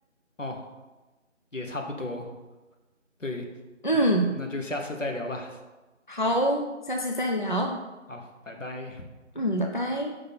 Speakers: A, on the left; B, on the left.
A: 哦，也差不多，对，
B: 嗯，
A: 那那就下次再聊吧。
B: 好，下次再聊。
A: 好，拜拜。
B: 嗯，拜拜。